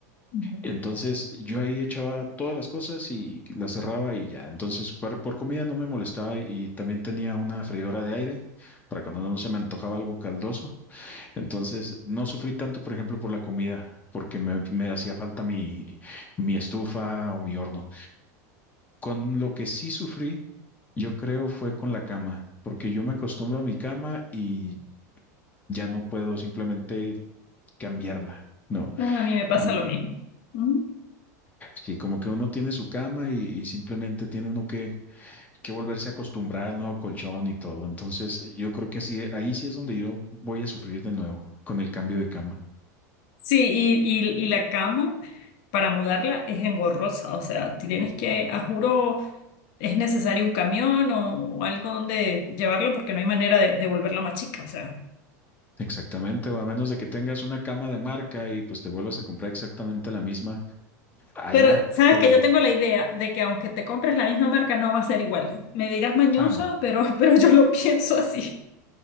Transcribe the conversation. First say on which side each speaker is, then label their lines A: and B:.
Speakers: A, on the left (about 55°); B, on the left (about 15°).
A: Ujú.
B: Entonces, yo ahí echaba todas las cosas y las cerraba y ya. Entonces, por, por comida no me molestaba y, y también tenía una freidora de aire para cuando no se me antojaba algo caldoso. Entonces, no sufrí tanto, por ejemplo, por la comida, porque me, me hacía falta mi, mi estufa o mi horno. Con lo que sí sufrí, yo creo, fue con la cama, porque yo me acostumbro a mi cama y ya no puedo simplemente cambiarla. No,
A: No, A mí me pasa
B: Mm,
A: lo mismo. Ujú.
B: sí, como que uno tiene su cama y, y simplemente tiene uno que, que volverse a acostumbrar al nuevo colchón y todo. Entonces, yo creo que sí, ahí sí es donde yo voy a sufrir de nuevo con el cambio de cama.
A: Sí, y, y- y la cama para mudarla es engorrosa, o sea, tienes que, a juro, es necesario un camión o, o algo donde llevarla porque no hay manera de, de volverla más chica, o sea.
B: Exactamente, o a menos de que tengas una cama de marca y pues te vuelvas a comprar exactamente la misma allá,
A: Pero sabes
B: pero
A: que yo tengo la idea de que aunque te compres la misma marca, no va a ser igual. Me dirás mañosa,
B: ah no,
A: pero, <laughs> pero yo lo pienso así.